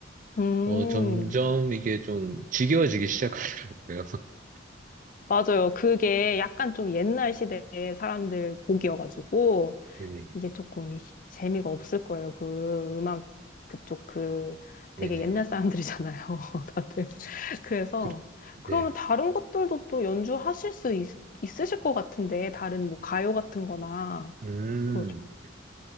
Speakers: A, on the left; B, on the right.
A: 음,
B: 어, 점점 이게 좀 지겨워지기 시작하더라고요. <laughs>
A: 맞아요. 그게 약간 좀 옛날 시대의 사람들 곡이어가지고
B: 네네.
A: 이게 조금 이- 재미가 없을 거예요. 그 음악 그쪽 그 되게
B: 네네.
A: 옛날 사람들이잖아요. <laughs> 다들. 그래서
B: 그,
A: 그러면
B: 네.
A: 다른 것들도 또 연주하실 수 있, 있으실 것 같은데 다른 뭐 가요 같은 거나
B: 음.
A: 그러죠.